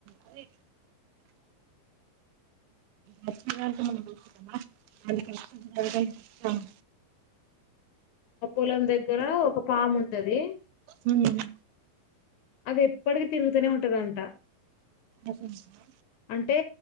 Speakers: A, on the right; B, on the left.
A: అరే లక్ష్మి కాంతమ్మ ని చూసొద్దమ ఆళ్ ఇక్కడ రూపాయి ఆ
B: ఆ పొలం దగ్గర ఒక పాము ఉంటది
A: మ్మ్
B: అది ఎప్పటికి తిరుగుతానే ఉంటదంట
A: ఎఫన్స్లో
B: అంటే